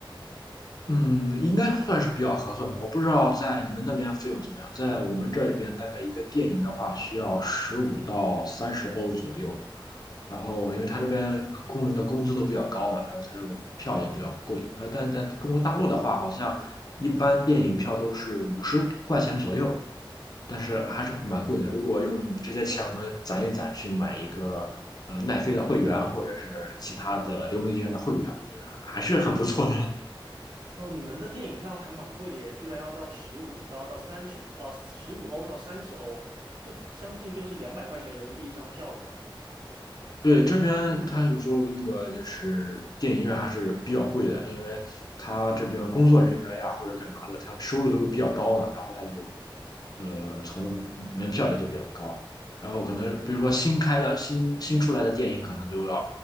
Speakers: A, on the left; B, on the right.
A: 嗯，应该算是比较合算的。我不知道在你们那边费用怎么样，在我们这里边大概一个电影的话需要十五到三十欧左右。然后，因为他这边呃工人的工资都比较高嘛，然后他这个票也比较贵。然后，但是在中国大陆的话，好像一般电影票都是五十块钱左右，但是还是蛮贵的。如果用这些钱我们攒一攒去买一个呃奈飞的会员，或者是其他的流媒体上的会员，我觉得还是很不错的。
B: 哦，你们的电影票还蛮贵的耶，居然要到十五刀到三十，呃，十五欧到三十欧，就将近就是两百块钱人民币一张票了吗？
A: 对，这边它有时候那个就是电影院还是比较贵的，因为它这边工作人员呀或者干嘛的，他收入都比较高嘛，然后他就呃从门票也就比较高，然后可能比如说新开的新新出来的电影可能都要